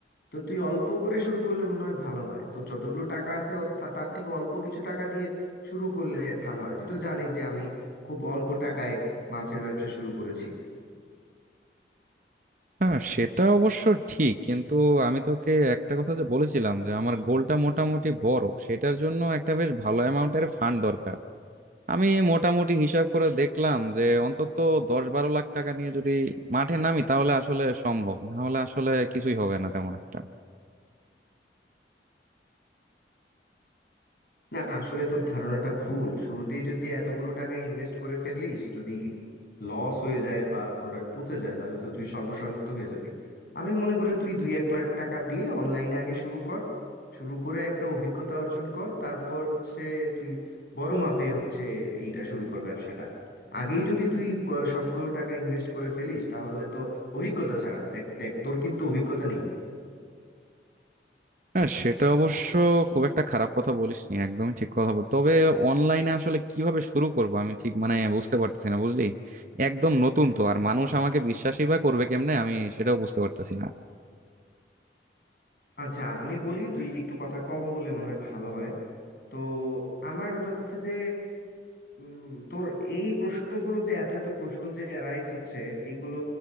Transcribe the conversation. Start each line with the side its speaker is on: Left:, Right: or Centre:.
Left: তো তুই অল্প করে শুরু করলে মনে হয় ভালো হয় তো যতগুলো টাকা আছে ও তা- তার থেকে অল্প কিছু টাকা দিয়ে শুরু করলে ভালো হয় তুই তো জানিস যে আমি খুব অল্প টাকায় মাছের ব্যবসা শুরু করেছি
Right: হ্যাঁ সেটা অবশ্য ঠিক কিন্তু আমি তোকে একটা কথা যে বলেছিলাম যে আমার গোলটা মোটামুটি বড় সেটার জন্য একটা বেশ ভালো অ্যামাউন্টের ফান্ড দরকার আমি মোটামুটি হিসাব করে দেখলাম যে অন্তত দশ বারো লাখ টাকা নিয়ে যদি মাঠে নামি তাহলে আসলে সম্ভব না হলে আসলে কিছুই হবে না তেমন একটা
Left: না আসলে তোর ধারণাটা ভুল শুরুতেই যদি এতগুলো টাকা ইনভেস্ট করে ফেলিস যদি লস হয়ে যায় বা প্রোডাক্ট পচে যায় তাহলে তো তুই সর্বশান্ত হয়ে যাবি আমি মনে করি তুই দুই এক লাখ টাকা দিয়ে অনলাইনে আগে শুরু কর শুরু করে একটা অভিজ্ঞতা অর্জন কর তারপর হচ্ছে তুই বড় মাপে হচ্ছে এইটা শুরু কর ব্যবসাটা আগেই যদি তুই প- সবগুলো টাকা ইনভেস্ট করে ফেলিস তাহলে তো অভিজ্ঞতা ছাড়া দেখ দেখ তোর কিন্তু অভিজ্ঞতা নেই
Right: হ্যাঁ সেটা অবশ্য খুব একটা খারাপ কথা বলিসনি একদমই ঠিক কথা বল তবে অনলাইনে আসলে কিভাবে শুরু করব আমি ঠিক মানে বুঝতে পারতেছি না বুঝলি একদম নতুন তো আর মানুষ আমাকে বিশ্বাসই বা করবে কেমনে আমি সেটাও বুঝতে পারতেছি না
Left: আচ্ছা আমি বলি তুই একটু কথা কম বলে মনে হয় ভালো হয় তো আমার কথা হচ্ছে যে উম, তোর এই প্রশ্নগুলো যে এত এত প্রশ্ন যে অ্যারাইজ হচ্ছে এইগুলো